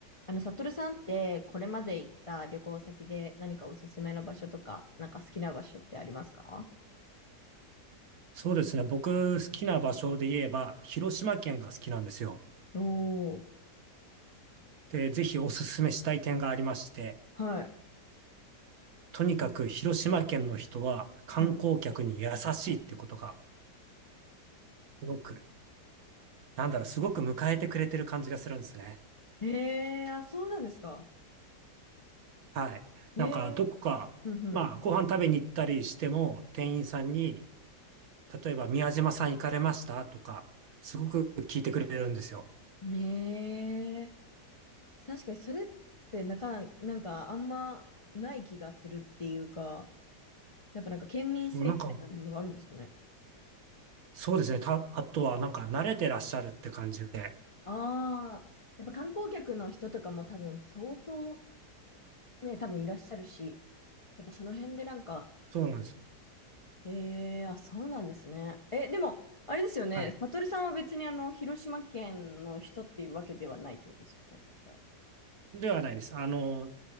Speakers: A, on the left; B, on the right.
A: あの、サトルさんって、これまで行った旅行先で何かおすすめの場所とか、なんか好きな場所ってありますか
B: そうですね。僕、好きな場所で言えば、広島県が好きなんですよ。
A: おー、
B: で、ぜひおすすめしたい点がありまして、
A: はい、
B: とにかく広島県の人は観光客に優しいってことが、
A: は
B: すごく、なんだろう、すごく迎えてくれてる感じがするんですね。
A: い。えー、あ、そうなんですか。
B: はい。なんか、
A: え
B: どこか、
A: ー、うん
B: まあ、ご飯食べに行ったりしても、店員さんに、例えば、宮島さん行かれましたとか、すごく聞いてくれるんですよ。
A: うん。えー、確かにそれってなかな、なんかあんまない気がするっていうか、やっぱなんか県民性みたいなものがあるんですかね。
B: そう、なんか、そうですね。た、あとは、なんか、慣れてらっしゃるって感じで、
A: ああ、やっぱ観光客の人とかも多分相当ね、多分いらっしゃるし、やっぱその辺でなんか、
B: そうなんです。
A: ええあ、そうなんですね。え、でも、あれですよね。
B: はい
A: サトルさんは別にあの、広島県の人っていうわけではないってことですよね。じゃあ。
B: ではないです。あの、